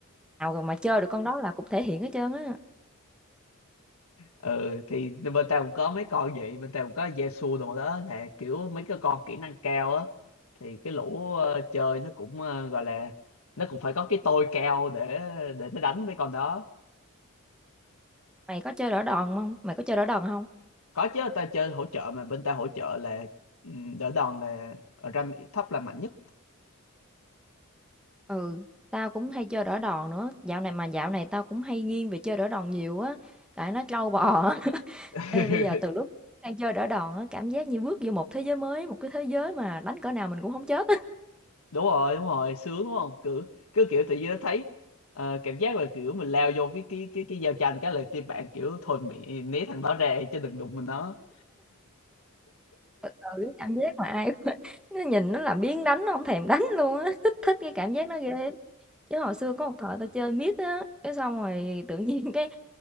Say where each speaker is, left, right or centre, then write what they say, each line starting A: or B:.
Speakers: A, in the centre; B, on the left.
A: nào rồi mà chơi được con đó là cũng thể hiện hết trơn á
B: ừ thì bên tao cũng có mấy con vậy bên tao cũng có Yesu đồ đó là kiểu mấy cái con kỹ năng cao á thì cái lũ ờ, chơi nó cũng ờ, gọi là nó cũng phải có cái tôi cao để để nó đánh với con đó
A: mày có chơi đỡ đòn không mày có chơi đỡ đòn không
B: có chứ tao chơi hỗ trợ mà bên tao hỗ trợ là ừ, đỡ đòn là ở rank thấp là mạnh nhất
A: ừ tao cũng hay chơi đỡ đòn nữa dạo này mà dạo này tao cũng hay nghiêng về chơi đỡ đòn nhiều á tại nó trâu bò á <laughs>
B: <laughs>
A: ê bây giờ từ lúc sang chơi đỡ đòn á cảm giác như bước vô một thế giới mới một cái thế giới mà đánh cỡ nào mình cũng không chết
B: đúng rồi đúng rồi sướng đúng không cứ cứ kiểu tự nhiên nó thấy ờ, cảm giác là kiểu mình lao vô cái cái cái cái giao tranh cái là team bạn kiểu thôi mẹ né thằng đó ra chứ đừng đụng mình nó
A: cái cảm giác mà ai cũng- <laughs> nó nhìn nó là biếng đánh nó không thèm đánh luôn á <laughs> thích thích cái cảm giác nó ghê lắm. chứ hồi xưa có một thời tao chơi mid á cái xong rồi tự nhiên <laughs> cái